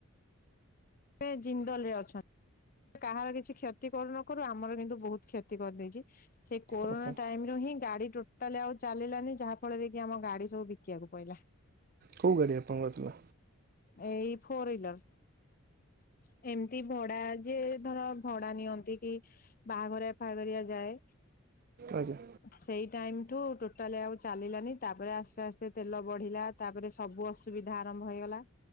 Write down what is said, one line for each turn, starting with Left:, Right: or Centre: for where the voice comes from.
Left: ଏବେ ଜିନ୍ଦଲ ରେ ଅଛନ୍ତି। କାହାର କିଛି କ୍ଷତି କରୁନ କରୁ ଆମର କିନ୍ତୁ ବହୁତ କ୍ଷତି କରିଦେଇଛି। ସେ କୋରୋନା
Right: ଓହୋ
Left: ଟାଇମ ରୁ ହିଁ ଗାଡି ଟୋଟାଲି ଆଉ ଚାଲିଲାନି ଯାହା ଫଳରେ କି ଆମ ଗାଡି ସବୁ ବିକିବାକୁ ପଡିଲା।
Right: କୋଉ ଗାଡି ଆପଣ ଥିଲା।
Left: ଏଇ ଫୋର ହୁଇଲର ଏମିତି ଭଡା। ଯିଏ ଧର ଭଡା ନିଅନ୍ତି କି ବାହାଘରିଆ ଫାଘରିଆ ଯାଏ।
Right: ଆଜ୍ଞା।
Left: ସେଇ ଟାଇମଠୁ ଟୋଟାଲି ଆଉ ଚାଲିଲାନି ତାପରେ ଆସ୍ତେ ଆସ୍ତେ ତେଲ ବଢିଲା। ତାପରେ ସବୁ ଅସୁବିଧା ଆରମ୍ଭ ହେଇଗଲା